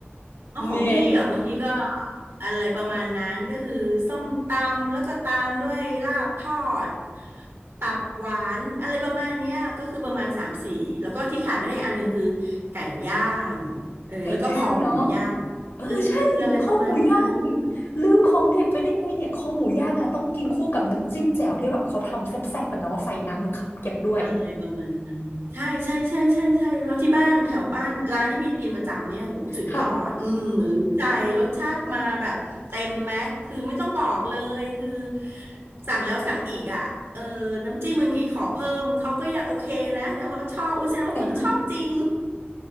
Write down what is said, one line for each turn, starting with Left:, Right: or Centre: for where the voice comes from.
Right: แล้วของพี่อ่ะบางทีก็
Left: แน่
Right: อะไรประมาณนั้นก็คือส้มตำแล้วก็ตามด้วยลาบทอดตับหวานอะไรประมาณเนี้ยก็คือประมาณสามสี่แล้วก็ที่ขาดไม่ได้อันหนึ่งคือไก่ย่างเออแล้วก็คอหมูย่าง
Left: ไก่ย่างเนาะเออใช่ข้อหมูย่าง
Right: เอออะไรประมาณนั้น
Left: ลืมของเด็ดไปได้ไงเนี่ยข้อหมูย่างนะต้องกินคู่กับน้ำจิ้มแจ่วที่แบบเขาทำแซ่บๆปะเนาะใส่น้ำขับเปียกด้วย
Right: อะไรประมาณนั้นใช่ใช่ใช่ใช่ใช่ครับที่บ้านแถวบ้านร้านที่พี่กินประจำเนี่ยโหสุดยอดอืมเหมือนรู้ใจรสชาติมาแบบเต็มแม็กคือไม่ต้องบอกเลยคือ
Left: ค่ะ
Right: สั่งแล้วสั่งอีกอ่ะเออน้ำจิ้มบางทีขอเพิ่มเขาก็ยังโอเคนะแสดงว่าชอบอุ้ยแสดงว่าคุณชอบจริง
Left: ใส่ให้